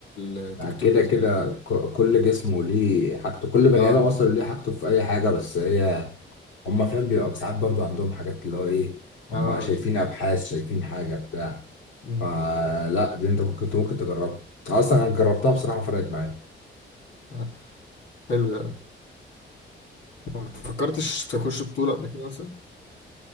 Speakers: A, on the left; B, on the left.
A: التيك
B: بعد
A: توكرز
B: كده كده
A: يعني
B: ك- كل جسمه ليه حاجته كل بني
A: اه
B: ادم اصلا ليه حاجته في اي حاجه بس هي هم فاهم بيبقى ساعات برضو عندهم حاجات اللي هو ايه هم
A: اه
B: شايفين ابحاث شايفين حاجه بتاع
A: مم،
B: فلا دي انت ممكن ممكن تجربها اصلا انا جربتها بصراحه فرقت معايا
A: آه، حلو ده قوي ما فكرتش تخش بطولة قبل كده مثلا